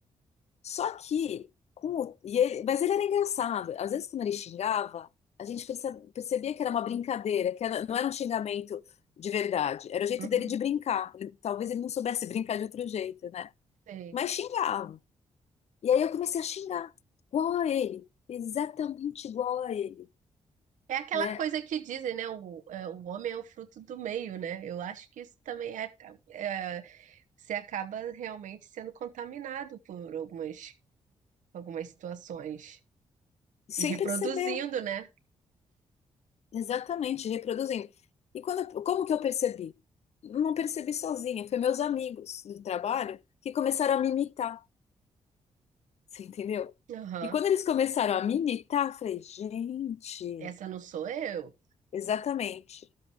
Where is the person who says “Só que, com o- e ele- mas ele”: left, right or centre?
Left